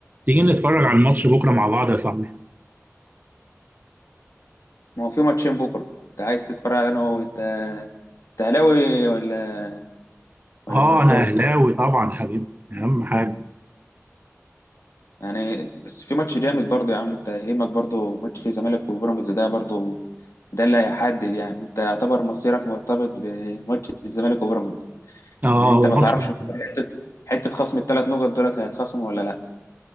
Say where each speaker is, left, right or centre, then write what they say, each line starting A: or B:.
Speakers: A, on the right; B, on the left.
A: تيجي نتفرج على الماتش بكره مع بعض يا صاحبي
B: ما هو في ماتشين بكرة انت عايز تتفرج على انا هو انت انت اهلاوي ولا ولا
A: اه
B: زملكاوي
A: انا اهلاوي طبعا حبيبي اهم حاجه
B: يعني بس في ماتش جامد برضه يا عم انت يهمك برضه ماتش الزمالك وبيراميدز ده برضه ده اللي هيحدد يعني انت يعتبر مصيرك مرتبط بماتش الزمالك وبيراميدز
A: اه
B: ان انت
A: هو
B: ما
A: ماتش
B: تعرفش
A: هو
B: حته حته خصم الثلاث نقط دولت هيتخصموا ولا لا